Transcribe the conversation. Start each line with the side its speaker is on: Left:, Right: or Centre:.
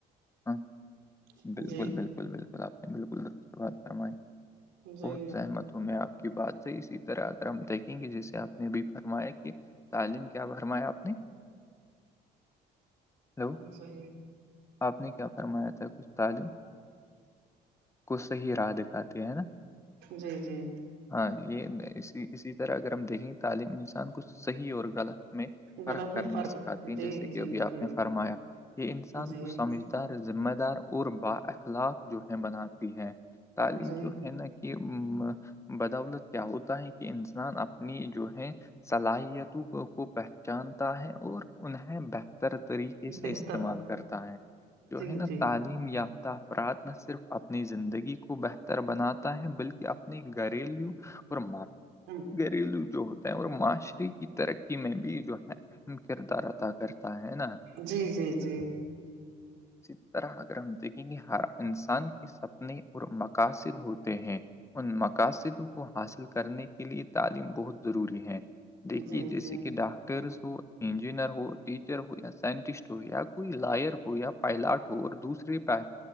Left: ہاں
Right: ہیں
Left: بالکل
Right: جی
Left: بالکل بالکل آپ نے بالکل درست بات فرمائی
Right: جی
Left: بہت سہحمت ہوں میں آپ کی بات ہے اسی طرح اگر ہم دیکھیں گے جسے آپ نے بھی فرمایا کہ تعلیم کیا بھرمایا آپ نے ہیلو
Right: جی
Left: آپ نے کیا فرمایا تھا کچھ طالب کو صحی راہ دکھاتے ہیں نا
Right: جی جی
Left: ہاں یہ اسی طرح اگر ہم دیکھیں تعلیم انسان کو صحیح اور غلط میں فرق
Right: غلط
Left: کرنا
Right: میں
Left: سکھاتی ہیں
Right: جی
Left: جیسے کہ
Right: جی
Left: ابھی آپ
Right: جی
Left: نے فرمایا یہ انسان
Right: جی
Left: سمجھدار ذمہ دار اور با اخلاق جو ہے بناتی ہے تعلیم
Right: جی
Left: جو ہے نا کہ بدولت کیا ہوتا ہے کہ انسان اپنی جو ہے صلاحیتوں کو پہچانتا ہے اور انہیں بہتر طریقے سے
Right: بہتر
Left: استعمال کرتا ہے جو
Right: جی
Left: ہے نا
Right: جی
Left: تعلیم یافتہ افراد نہ صرف اپنی زندگی کو بہتر بناتا ہے بلکہ اپنے گھریلو اور
Right: جی
Left: گھریلو جو ہوتا ہے اور معاشرے کی ترقی میں بھی جو ہے اہم کردار ادا کرتا ہے نا
Right: جی جی جی
Left: اسی طرح اگر ہم دیکھیں گے ہر انسان کے سپنے اور مقاصد ہوتے ہیں ان مقاصدوں کو حاصل کرنے کے لیے تعلیم بہت ضروری ہے دیکھیے
Right: جی جی
Left: جیسے کہ ڈاکٹرس ہو انجینئر ہو ٹیچر ہو یا سائنٹسٹ ہو یا کوئی لائر ہو یا پائلاٹ ہو اور دوسرے پ